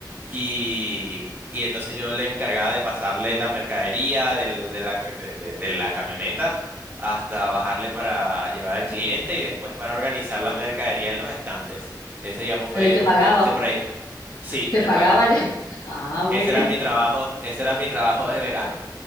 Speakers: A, on the right; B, on the left.
A: y, y entonces yo le encargaba de pasarle la mercadería del- de la, de de- de la camioneta hasta bajarle para llevar al cliente y después para organizar la mercadería en los estantes. Ese, digamos,
B: Pero
A: fue
B: y te
A: como
B: pagaba,
A: quien dice por ahí, sí,
B: te
A: me
B: pagaba
A: pagaba.
B: ya. <laughs> Ah, muy
A: Ese
B: bien.
A: era mi trabajo, ese era mi trabajo de verano.